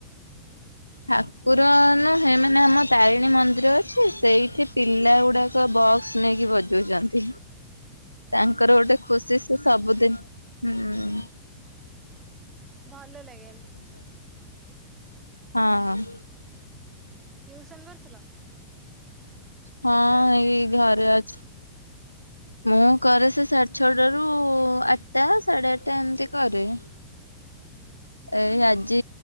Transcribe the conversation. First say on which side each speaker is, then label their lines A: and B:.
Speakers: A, on the left; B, on the right.
A: ଠାକୁର ନୁହେ ମାନେ ଆମ ତାରିଣୀ ମନ୍ଦିର ଅଛି ସେଇଠି ପିଲା ଗୁଡା ଙ୍କ ବକ୍ସ୍ ନେଇକି ବଜଉଛନ୍ତି ତାଙ୍କର ଗୋଟେ ଖୁସି। ସେ ସବୁଦିନ ହୁଁ-ଉ-ଉ-ଉ।
B: ଭଲ ଲାଗେ ଏମତି
A: ହଁ-ଅ-ଅ-ଅ।
B: ଟିଉସନ କରୁଥିଲ?
A: ହଁ-ଅ-ଅ
B: କେତେଟାରୁ କେତେ?
A: ଏଇ ଘରେ ଅଛି। ମୁଁ କରେ ସେ ସାଢେ ଛଅଟା ରୁ ଆଠଟା ସାଢେ ଆଠଟା ଏମିତି କରେ।
B: ହୁଁ।
A: ଏଇ ଆଜି